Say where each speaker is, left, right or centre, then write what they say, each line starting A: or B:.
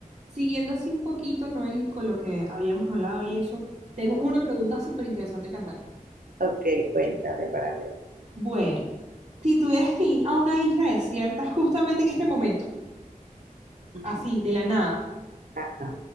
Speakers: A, on the right; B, on the right.
A: Siguiendo así un poquito, Noel, y con lo que habíamos hablado y eso, tengo una pregunta súper interesante que hacerte.
B: Ok, cuéntame para ver.
A: Bueno, si tuvieras que ir a una isla desierta justamente en este momento,
B: Ujú.
A: así, de la nada,
B: Ah,